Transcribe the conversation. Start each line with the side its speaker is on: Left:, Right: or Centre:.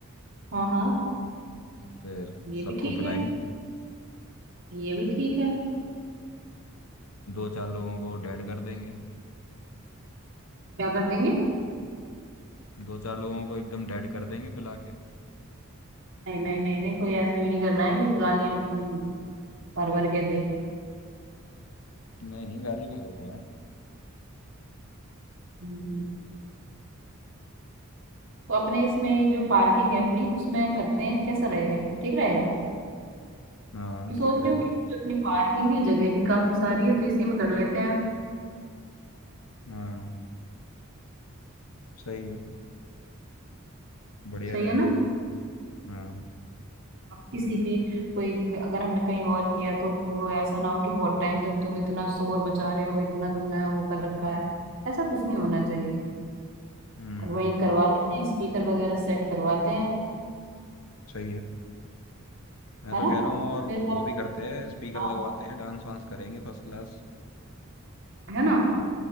Right: हाँ हाँ
Left: और फिर
Right: ये
Left: सबको
Right: भी ठीक
Left: पिलाएंगे
Right: है ये भी ठीक है
Left: दो चार लोगों को डेड कर देंगे
Right: क्या कर देंगे
Left: दो चार लोगों को एकदम डेड कर देंगे पिला के
Right: नहीं नहीं नहीं नहीं कोई ऐसे भी नहीं करना है कि वो गालियां हम्म, भर भर के दे
Left: नहीं गाली क्यों देगा यार
Right: हम्म, तो अपने इसमें ये जो पार्किंग है अपनी उसमें करते हैं कैसा रहेगा ठीक रहेगा
Left: हाँ
Right: मैं सोच
Left: ठीक रहेगा
Right: रही हूँ कि जो अपनी पार्किंग है जगह भी काफी सारी है तो इसी में कर लेते हैं
Left: हाँ सही है बढ़िया
Right: सही
Left: रहेगा
Right: है ना
Left: एकदम हाँ
Right: अब किसी की कोई क- अगर हमने कहीं और किया तो वो ऐसा ना हो कि बहुत टाइम तक तुम इतना शोर मचा रहे हो इतना तुमने वो कर रखा है ऐसा कुछ नहीं होना चाहिए
Left: हम्म
Right: और वहीं करवा लेते हैं स्पीकर वगैरह सेट करवाते हैं
Left: सही है मैं
Right: है
Left: तो
Right: ना
Left: कह रहा हूँ और
Right: मेरे पास
Left: वो भी करते हैं स्पीकर
Right: हाँ
Left: लगवाते हैं डांस वांस करेंगे फर्स्ट क्लास
Right: है ना